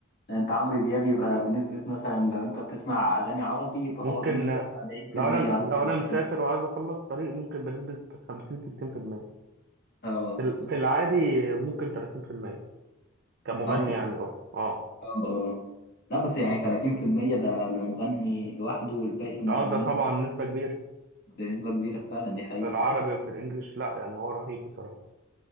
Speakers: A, on the left; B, on the right.
A: انت عمرو دياب يبقى بنسبة مثلا لو انت بتسمع اغاني عربي يبقى
B: ممكن
A: هو بنسبة 70%
B: لو انا
A: ولا
B: لو
A: 30%.
B: انا مسافر وعايز اخلص طريق ممكن بنسبة 50 60% في المية،
A: اه
B: في ال- في العادي ممكن 30% كمغني
A: اصلا
B: يعني لوحده اه
A: آه، لا بس يعني 30% ده لمغني لوحده والباقي لمغنيين
B: اه ده طبعا نسبة كبيرة
A: ده نسبة كبيرة فعلا دي حقيقة
B: في العربي وفي الانجليش لا يعني هو رهيب بصراحة